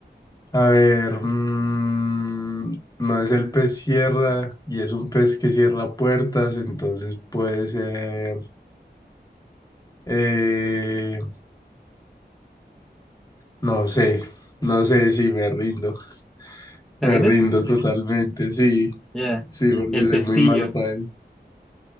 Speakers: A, on the left; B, in the centre.
A: a ver. mm, no es el pez cierra y es un pez que cierra puertas, entonces puede ser. eh, no sé, no sé si me rindo.
B: ¿Te
A: Me
B: rindes?
A: rindo totalmente, sí,
B: Ya.
A: sí, porque
B: El
A: soy
B: pestillo.
A: muy malo para esto.